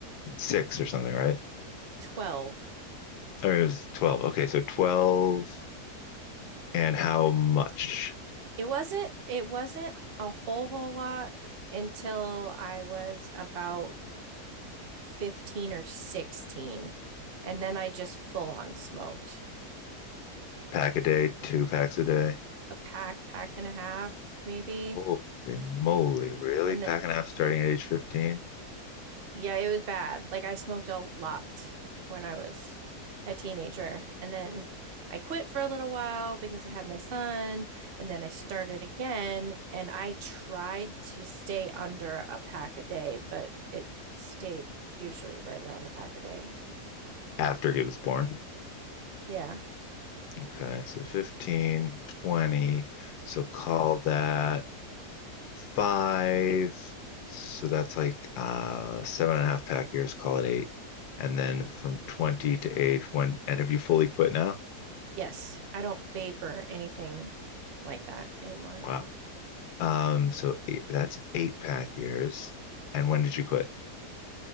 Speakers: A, on the left (about 75°); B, on the right (about 45°).
A: six or something, right?
B: 12.
A: I mean, it was 12. Okay, so 12 and how much?
B: It wasn't it wasn't a whole whole lot until I was about 15 or 16. And then I just full on smoked
A: Pack a day, two packs a day.
B: a pack, pack and a half maybe.
A: Holy moly, really?
B: And
A: Packing
B: th
A: half starting at age 15?
B: Yeah, it was bad. Like I smoked a lot when I was a teenager. And then I quit for a little while because I had my son, and then I started again and I tried to stay under a pack a day, but it stayed usually right around a pack a day.
A: After he was born.
B: Yeah.
A: Okay, so 15 20. So call that five. So that's like uh, seven and a half pack years, call it eight. And then from 20 to age one. And have you fully quit now?
B: Yes, I don't vape or anything like that anymore.
A: Wow. Um, so eight, that's eight pack years. And when did you quit?